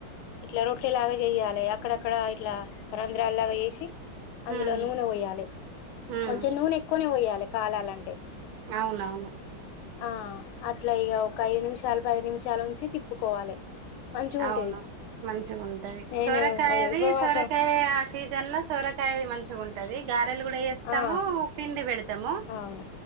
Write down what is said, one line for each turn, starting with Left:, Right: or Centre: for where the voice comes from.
Left: ఇట్లా రొట్టే లాగా చెయ్యాలి. అక్కడక్కడ ఇట్లా రంధ్రాల్లాగ చేసి, అందులో
Right: ఉమ్
Left: నూనె వోయాలె
Right: ఉమ్
Left: కొంచెం నూనె ఎక్కువనే వోయాలె కాలాలంటే.
Right: అవునవును.
Left: ఆ అట్లా ఇగ ఒక ఐదు నిమిషాలు, పది నిమిషాలు వుంచి తిప్పుకోవాలి. మంచిగా ఉంటది
Right: అవును మంచిగ ఉంటది.
Left: నేను
Right: సోరకాయది
Left: అదే ఉపవాసం
Right: సోరకాయ, సీజన్ లో సోరకాయది మంచిగా ఉంటది, గారెలు కూడా యేస్తము,
Left: ఆ
Right: పిండి వెడతము.
Left: అవును